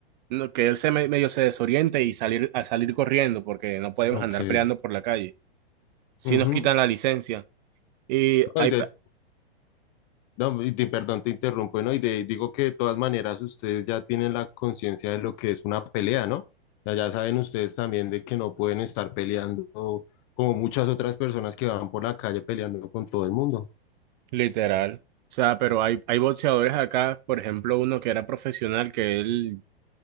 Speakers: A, on the right (about 45°); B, on the left (about 40°).
A: no, que él se me- medio se desoriente y salir a salir corriendo porque no podemos
B: Ok.
A: andar peleando por la calle. Si
B: Ujú.
A: nos quitan la licencia y
B: No,
A: hay
B: y de,
A: pe-
B: no, y de- perdón, te interrumpo, ¿no? Y de- digo que de todas maneras ustedes ya tienen la conciencia de lo que es una pelea, ¿no? Ya, ya saben ustedes también de que no pueden estar peleando como muchas otras personas que van por la calle peleando con todo el mundo.
A: literal, o sea, pero hay hay boxeadores acá, por ejemplo, uno que era profesional que él